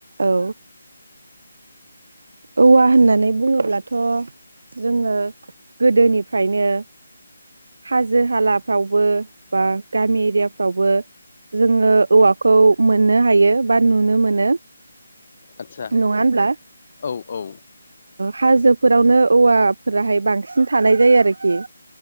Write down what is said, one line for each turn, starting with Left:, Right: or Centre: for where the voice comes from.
Right: औ औवा होननानै बुङोब्लाथ' जोङो गोदोनिफ्रायनो हाजो हालाफ्रावबो बा गामि एरियाफ्रावबो जोङो औवाखौ मोननो हायो बा नुनो मोनो।
Left: आदसा
Right: नङा होनब्ला
Left: औ औ
Right: हाजोफोरावनो औवाफोराहाय बांसिन थानाय जायो आरोखि